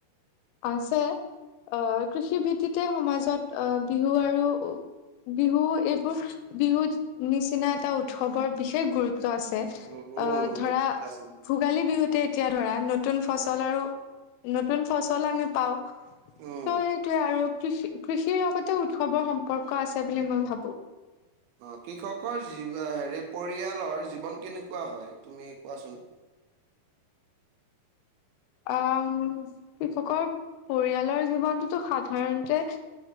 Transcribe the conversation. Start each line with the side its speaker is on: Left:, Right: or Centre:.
Left: আছে। আ কৃষি
Right: উম,
Left: ভিত্তিতে সমাজত আ বিহু আৰু বিহু এইবোৰ, বিহুত নিচিনা এটা উৎসৱৰ বিশেষ গুৰুত্ব আছ।
Right: উম,
Left: অ' ধৰা
Right: আছে,
Left: ভোগালী বিহু এতিয়া ধৰা নতুন ফচল আৰু, নতুন ফচল আমি পাওঁ। ত
Right: উম।
Left: ' এইটোয়ে আৰু কৃষি-কৃষিৰ লগতে উৎসৱৰ সম্পৰ্ক আছে বুলি মই ভাবো।
Right: অ' কৃষকৰ যি হেৰি পৰিয়ালৰ, জীৱন কেনেকুৱা হয়? তুমি কোৱাচোন।
Left: আ, কৃষকৰ পৰিয়ালৰ জীৱনটোতো সাধাৰণতে